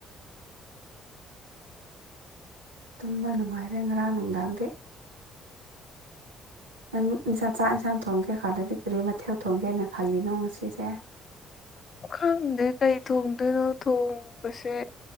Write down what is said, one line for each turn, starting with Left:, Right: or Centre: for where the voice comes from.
Right: ꯇꯨꯝꯕ ꯅꯨꯡꯉꯥꯏꯔꯦ ꯉꯔꯥꯡ ꯅꯨꯡꯗꯥꯡꯗꯤ ꯅꯪ ꯏꯟꯁꯥ ꯆꯥꯛ ꯏꯟꯁꯥꯡ ꯊꯣꯡꯒꯦ ꯈꯜꯂꯗꯤ ꯀꯔꯤ ꯃꯊꯦꯜ ꯊꯣꯡꯒꯦꯅ ꯈꯜꯂꯤꯅꯣ ꯉꯁꯤꯁꯦ
Left: ꯈꯪꯗꯦ ꯀꯩ ꯊꯣꯡꯗꯣꯏꯅꯣ ꯊꯣꯡꯕꯁꯦ